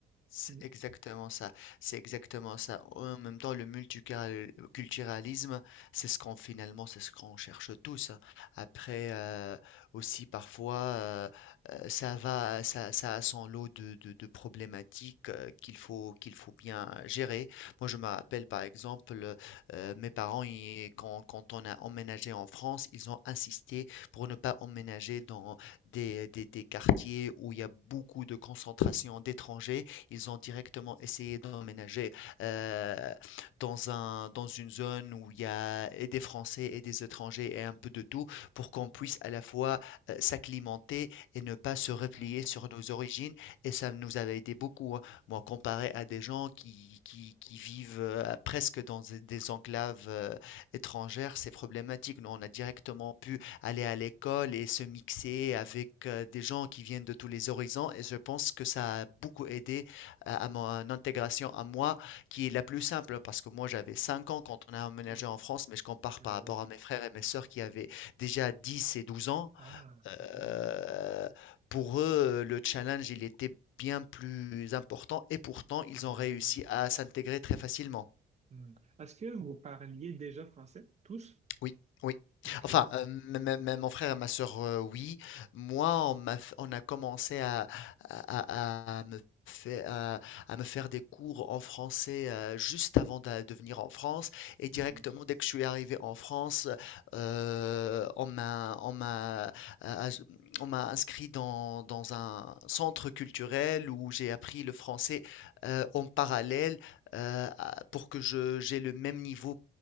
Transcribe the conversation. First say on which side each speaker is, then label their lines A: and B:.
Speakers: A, on the left; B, on the right.
A: C'est
B: Mm.
A: exactement ça, c'est exactement ça. En même temps, le multiculturalisme, c'est ce qu'on finalement, c'est ce qu'on cherche tous. hein. Après, euh, aussi parfois, euh, euh, ça va, ça, ça a son lot de, de- de problématiques euh, qu'il faut, qu'il faut bien gérer. Moi, je me rappelle par exemple, euh, mes parents, ils- quand, quand on a emménagé en France, ils ont insisté pour ne pas emménager dans des, des des quartiers où il y a beaucoup de concentration d'étrangers ils ont directement essayé d'emménager euh, dans un, dans une zone où il y a et des Français et des étrangers et un peu de tout pour qu'on puisse
B: Ouais,
A: à la fois euh, s'acclimater et ne pas se replier
B: tout à fait.
A: sur nos origines. Et ça nous avait aidé beaucoup. hein. Moi, comparé à des gens qui, qui, qui vivent euh, presque dans des des enclaves euh, étrangères, c'est problématique. Nous, on a directement pu aller à l'école et se mixer avec euh, des gens qui viennent de tous les horizons. Et je pense que ça a beaucoup aidé à à mon intégration à moi, qui est la plus simple, hein, parce que moi j'avais 5 ans quand on a emménagé
B: Ouais,
A: en France, mais je compare
B: ben
A: par rapport
B: oui.
A: à mes frères et mes sœurs qui avaient déjà 10 et 12 ans.
B: Ah,
A: Euh,
B: ah,
A: pour eux, le challenge, il était bien plus important, et pourtant, ils
B: ah,
A: ont
B: ben
A: réussi
B: oui.
A: à s'intégrer très facilement.
B: Mm. Est-ce que vous parliez déjà français, tous?
A: Oui, oui.
B: OK.
A: Enfin, euh, même même- même mon frère et ma sœur, euh, oui. Moi, on m'a, f- on a commencé à, à, à- à me faire, à, à me faire des cours en français euh, juste avant d'a- de, venir en France. Et directement,
B: Mhm.
A: dès que je suis arrivé en France, euh, on m'a, on m'a, euh, as- on m'a inscrit dans, dans un centre culturel où j'ai appris le français euh, en parallèle euh, à- pour que je, j'ai le même niveau